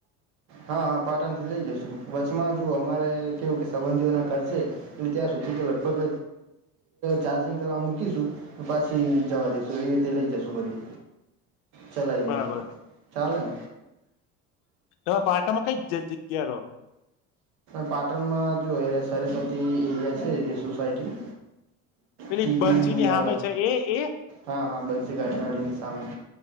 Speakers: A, on the right (about 55°); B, on the left (about 55°).
A: હા હા પાટણ થી લઇ જશું વચમાં જો અમારે કેવું કે સંબંધીઓ ના ઘર છે. એટલે ત્યાં સુધી કે લગભગ ચાર્જિંગ કરવા મૂકીશું પાછી જવા દઈશુ એવી રીતે લઈ જશુ ઘરી ચલાવીને
B: બરાબર
A: ચાલેન
B: તમે પાટામાં કઈ જગ્યાારો
A: પાટણમાં જો એ સરસ્વતી એરિયા છે જે સોસાયટી
B: પેલી
A: ટીબી
B: બંસીની
A: ની આગળ
B: સામે છે એ એ
A: હા હા બનસી ગાઠિયાવાડીની સામે